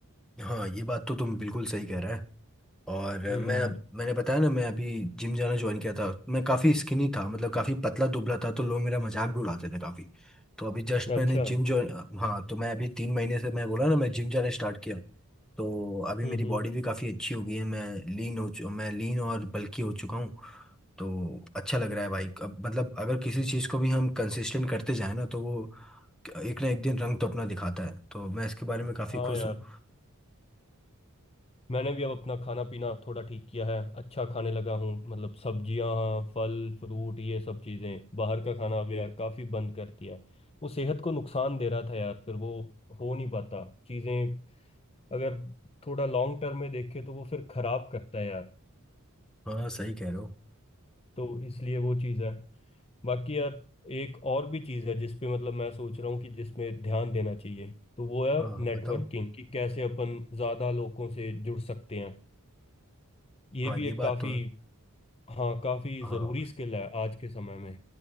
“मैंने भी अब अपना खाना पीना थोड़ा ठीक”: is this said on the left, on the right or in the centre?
Left